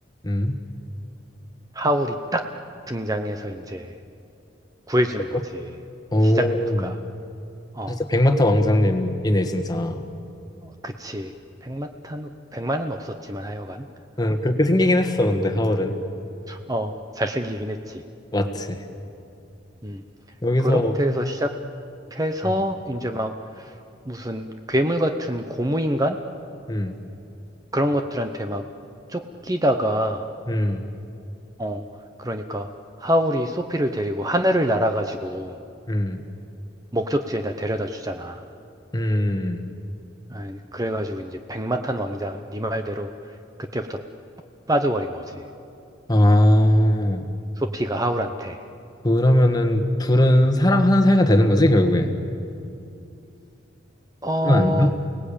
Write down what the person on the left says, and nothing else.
음.
그래서?
오,
진짜 백마탄 왕자님이네, 진짜.
응, 그렇게 생기긴 했어, 근데 하울은.
맞지.
여기서,
음,
음,
음,
음.
음.
아,
그러면은 둘은 사랑하는 사이가 되는 거지, 결국에?
그건 아닌가?